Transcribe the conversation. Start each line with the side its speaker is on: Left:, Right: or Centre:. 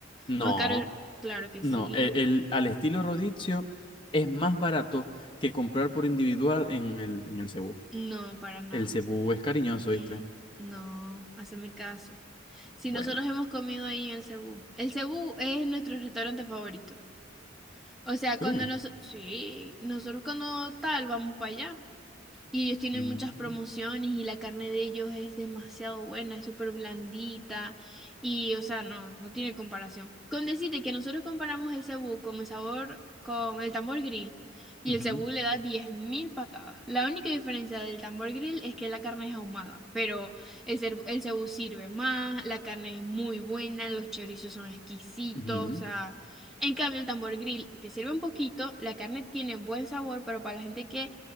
Left: No,
Centre: Más caro es, claro que
Left: no.
Centre: sí.
Left: El, el- al estilo rodicio es más barato que comprar por individual en el, en el cebú.
Centre: No, para nada.
Left: El cebú es cariñoso,
Centre: Mm, mm,
Left: ¿viste?
Centre: No, haceme caso. Si
Left: Bueno.
Centre: nosotros hemos comido ahí en el Cebú. El Cebú es nuestro restaurante favorito. O sea,
Left: Sí.
Centre: cuando nos, sí, nosotros cuando tal vamos para allá. Y ellos tienen
Left: Mm,
Centre: muchas promociones y la carne de ellos es demasiado buena, es súper blandita y, o sea, no, no tiene comparación. Con decirte que nosotros comparamos el cebú con el sabor, con el tambor grill y
Left: ujú,
Centre: el cebú le da 10.000 patadas. La única diferencia del tambor grill es que la carne es ahumada, pero el, cer- el cebú sirve más, la carne es muy buena, los chorizos son exquisitos,
Left: ujú.
Centre: o sea... En cambio, el tambor grill te sirve un poquito, la carne tiene buen sabor, pero para la gente que